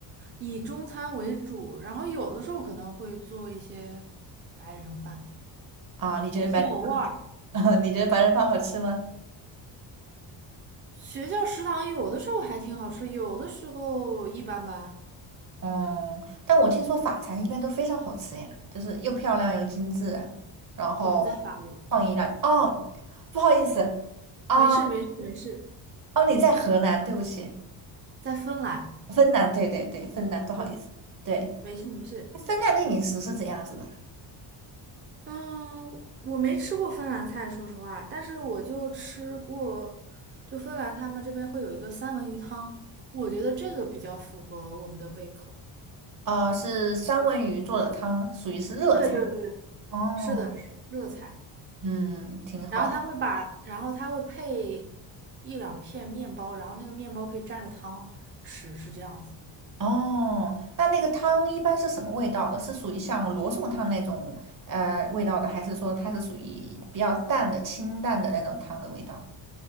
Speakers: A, on the right (about 25°); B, on the right (about 45°).
A: 以中餐为主，然后有的时候可能会做一些白人饭，
B: 啊、你觉得白
A: 比较偶尔。
B: <laughs> 你觉得白人饭好吃吗？
A: 学校食堂有的时候还挺好吃，有的时候一般般。
B: 嗯，但我听说法餐一般都非常好吃呀，就是又漂亮又精致，然后创意料。
A: 我不在法国，
B: 哦，不好意思啊，
A: 没事没事没事，
B: 哦，你在河南，对不起，
A: 在芬兰。
B: 芬兰，对对对，芬兰，不好意思，
A: 嗯，
B: 对，
A: 没事没事。
B: 芬兰的饮食是怎样子的？
A: 嗯，我没吃过芬兰菜，说实话，但是我就吃过，就芬兰他们这边会有一个三文鱼汤，我觉得这个比较符合我们的胃口。
B: 哦，是三文鱼做的汤，属于是热菜。
A: 对对对，
B: 哦，
A: 是的，是热菜，
B: 嗯，挺好。
A: 然后他会把，然后他会配一两片面包，然后那个面包可以蘸着汤吃，是这样子的，
B: 哦，那那个汤一般是什么味道的？是属于像罗宋汤那种呃味道的，还是说它是属于比较淡的、清淡的那种汤的味道？